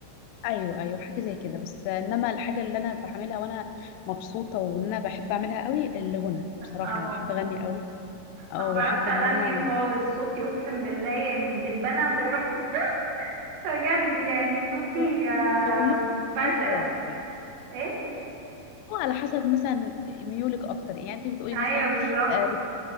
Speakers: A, on the left (about 85°); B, on the right (about 70°).
A: ايوه ايوه حاجه زي كده بس انما الحاجه اللي انا بعملها وانا مبسوطه وان انا بحب اعملها قوي الغنى بصراحه
B: اه
A: انا بحب اغني قوي او
B: ما بعرفش
A: بحب
B: اغني
A: ان انا
B: خالص صوتي اقسم بالله يعني الدبانه تقرف مني <laughs> بجد يعني صوتي
A: هو
B: آه،
A: هو مثلا بيكون
B: بشع
A: هوايه طيب
B: ايه
A: هو على حسب مثلا ميولك اكتر يعني انت بتقولي
B: ايوه
A: مثلا
B: بالظبط
A: آه، بت-